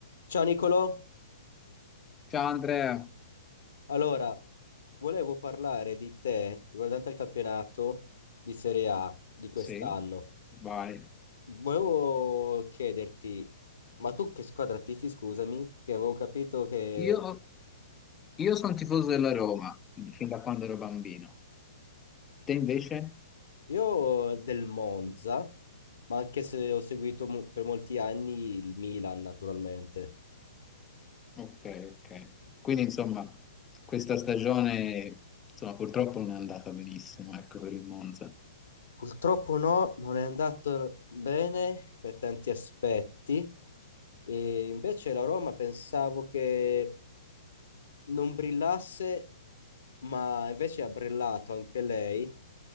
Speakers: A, on the left; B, on the left.
A: Ciao Nicolò,
B: Ciao Andrea,
A: allora volevo parlare di te riguardante il campionato di Serie A di quest'anno.
B: sì, vai.
A: Volevo chiederti, ma tu che squadra tifi, scusami, che avevo capito che
B: Io, io sono tifoso della Roma fin da quando ero bambino. Te invece?
A: io del Monza, ma anche se ho seguito mo- per molti anni il Milan naturalmente.
B: Ok, ok. Quindi insomma, questa stagione insomma, purtroppo non è andata benissimo, ecco, per il Monza.
A: Purtroppo no, non è andato bene per tanti aspetti. E invece la Roma pensavo che non brillasse, ma invece ha brillato anche lei,